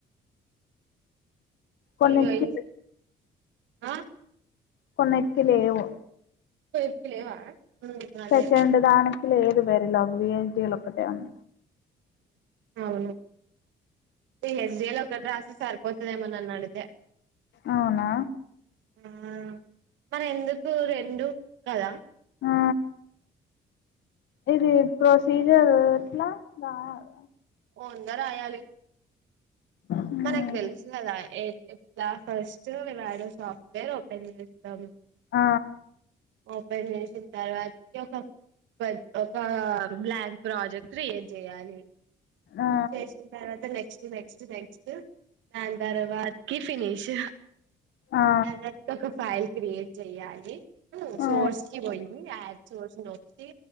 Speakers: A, on the left; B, on the right.
A: కొన్నిటికి
B: ఈ రైస్ ఆ
A: కొన్నిటికి లేవు
B: కోయెక్కి లేవా అదే
A: సెకండ్ దాన్ లేదు బేరీ లావ్ వి జెల్ ఒకటే ఉన్
B: అవును హెల్దిలో ఒకటి రాస సరిపోతుదేమోనన్న అడిగితే
A: అవునా
B: ఆ మన ఎందుకు రెండు కదా
A: ఆ ఇది ప్రొసీజర్ ఎట్లా రావాల
B: ఓన్గా రాయాలి
A: హ్మ్
B: మనకు తెలుసు కదా ఎ ఎట్లా ఫస్ట్ మేము ఆడ సాఫ్ట్వేర్ ఓపెన్ చేస్తాం
A: ఆ
B: ఓపెన్ చేసిన తర్వాత కి ఒక ఒక బ్లాంక్ ప్రాజెక్ట్ క్రియేట్ చేయాలి
A: ఆ
B: చేసిన తర్వాత నెక్స్ట్ నెక్స్ట్ నెక్స్ట్ దాని తర్వాత కి ఫినిష్
A: ఆ
B: దా నట్ కి ఒక ఫైల్ క్రియేట్ చెయాలి హు
A: ఆ
B: సోర్స్ కి పోయి యాడ్ సోర్స్ నొక్కి